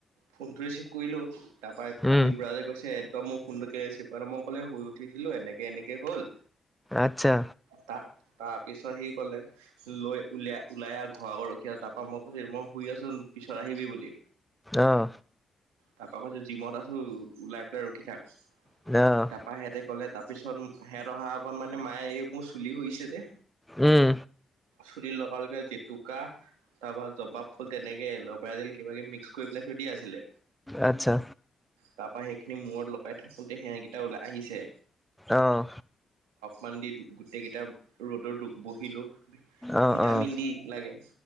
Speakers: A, on the right; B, in the centre.
A: ফোন টো ৰিচিভ কৰিলো তাৰপা
B: উম
A: ইউবৰাজে কৈছে তই মোৰ ফোনটোকে ৰিচিভ কৰা নাই কলে শুই উঠিছিলো এনেকে এনেকে হ'ল।
B: আচ্ছা
A: ত তাৰ পিছত সি কলে লৈ উলিয়াই লাই আহ ঘৰ আগত ৰখি তাৰ পৰাা মই কৈছ মই শুই আছোন পিছত আহিবি বুলি।
B: আহ।
A: তাৰপা কৈছো জিমত আছো ওলাই পেলাই ৰখি থাক।
B: অ',
A: তাৰাপা সেহঁতে ক'লে তাৰপিছত সেহত অহা আগত মানে মায়ে এই মোৰ চুলি হৈছে যে।
B: উম।
A: চুলি লগাল লগে জেতুকা তাৰপৰা জবাব ফুল তেনেকে লবাই দিল কিবা কিবি মিক্স পেলাই থৈ দিয়া আছিলে।
B: আচ্ছা
A: ত সেইখিনি মূৰত লগাই থাকোতে সেকেইটা ওলাই আহিছে।
B: আহ।
A: মান দি গোটেই কেইটা ৰ'দত বহিলো।
B: অ',
A: ভিটামিন
B: অ',
A: দি লাগে।